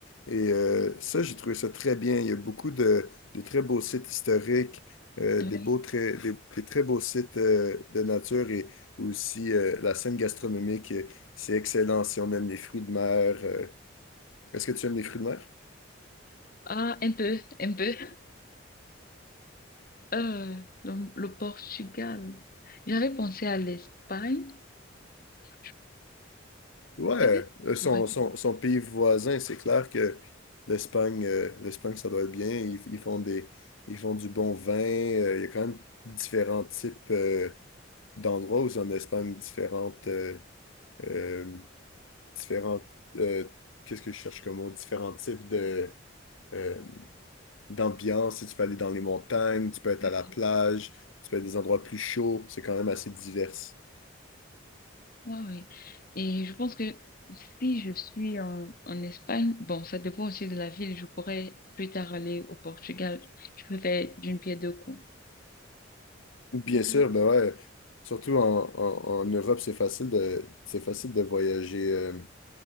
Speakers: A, on the left; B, on the left.
A: Et euh, ça, j'ai trouvé ça très bien. Il y a beaucoup de, de très beaux sites historiques, euh,
B: oui.
A: des beaux très, des, des très beaux sites euh, de nature et aussi euh, la scène gastronomique. euh, C'est excellent si on aime les fruits de mer. euh. Est-ce que tu aimes les fruits de mer?
B: Ah, un peu, un peu. Euh, le, le Portugal. J'avais pensé à l'Espagne. Je-
A: Ouais,
B: Peut-être que
A: euh,
B: je pourrais
A: son, son, son pays voisin, c'est clair que l'Espagne, euh, l'Espagne, ça doit être bien. Ils, ils font des, ils font du bon vin. Euh, il y a quand même différents types euh, d'endroits où c'est en Espagne, différentes, euh, euh, différentes, euh, qu'est-ce que je cherche comme mot? Différents types de, euh, d'ambiance. Si Tu peux aller dans les montagnes, tu peux être
B: faire.
A: à la plage, tu peux être à des endroits plus chauds. C'est quand même assez divers.
B: Ouais, ouais. Et je pense que si je suis en, en Espagne, bon, ça dépend aussi de la ville, je pourrais plus tard aller au Portugal. Je peux faire d'une pierre deux coups.
A: Bien
B: Intéressant.
A: sûr, ben ouais. Surtout en, en- en Europe, c'est facile de, c'est facile de voyager, euh,